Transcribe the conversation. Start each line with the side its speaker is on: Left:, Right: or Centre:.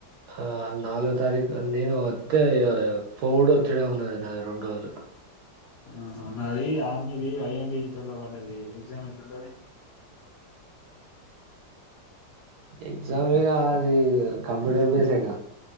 Right: ఆ నాలుగో తారీఖు నేను వత్తే పోవుడు వచ్చుడే ఉన్నది నాది రెండు రోజులు
Left: ఆహా నాది ఆర్మీది అయాన్ డిజిటల్ ల్లో వడ్డది ఎగ్జామ్ ఎట్లుంటది
Right: ఎగ్జామేగా అది కంప్యూటర్ బేసేగ